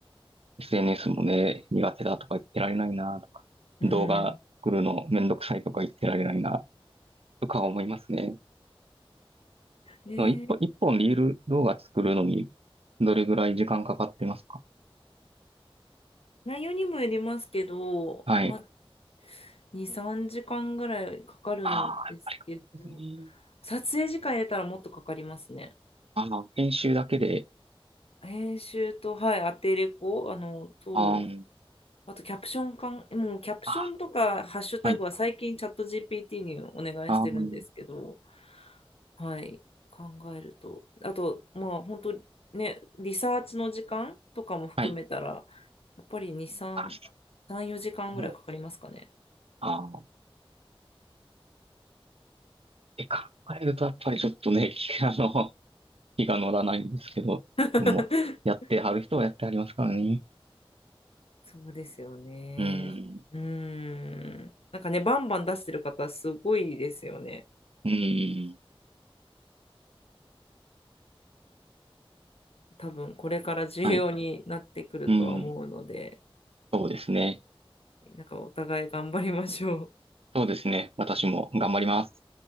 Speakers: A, on the right (about 80°); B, on the left (about 80°).
A: SNS もね、苦手だとか言ってられないなとか、
B: うん。
A: 動画作るのめんどくさいとか言ってられないなとか思いますね。
B: ねえ、
A: その一本、一本リール動画作るのにどれぐらい時間かかってますか
B: 内容にもよりますけど、
A: はい。
B: まあ、2、3時間ぐらいかかるんですけど、
A: ああ、そうですね。
B: 撮影時間入れたらもっとかかりますね。
A: あの、編集だけで、
B: 編集と、はい、アテレコ、あの、と、
A: あーん
B: あとキャプションかん、もうキャプションとかハッシュタグは最近チャット
A: あー、はい、
B: GPT にお願いしてるんですけど、
A: あーん
B: はい、考えると。あと、まあ、本当ね、リサーチの時間とかも含めたら、
A: はい、
B: やっぱり2、3、
A: あ、
B: 3、4時間ぐらいかかりますかね。
A: もう、あー、って考えるとやっぱりちょっとね、<laughs> 気あの、気が乗らないんですけど、
B: <laughs>
A: でも、やってはる人はやってはりますからね。
B: そうですよね。
A: うーん。
B: うーん。なんかね、バンバン出してる方、すごいですよね。
A: うーん。
B: 多分、これから重要になってくるとは思うので、
A: はい。うん。そうですね。
B: なんかお互い頑張りましょう。
A: そうですね。私も頑張ります。